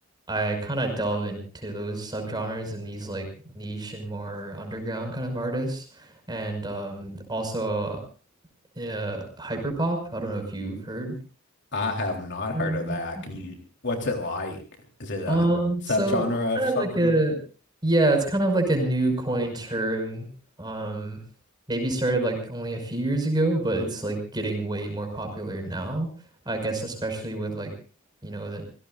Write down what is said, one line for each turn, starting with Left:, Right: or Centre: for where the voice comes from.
Right: I kind of delve into those subgenres and these like niche and more underground kind of artists, and um, also uh, hyperpop. I don't know if you've heard.
Left: I have not
Right: Mhm.
Left: heard of that. Can you, what's it like? Is it a
Right: Um,
Left: subgenre
Right: so it's
Left: of
Right: kind
Left: something?
Right: of like a yeah, it's kind of like a new coin term. Um, maybe started like only a few years ago, but it's like getting way more popular now. I guess especially with like, you know, the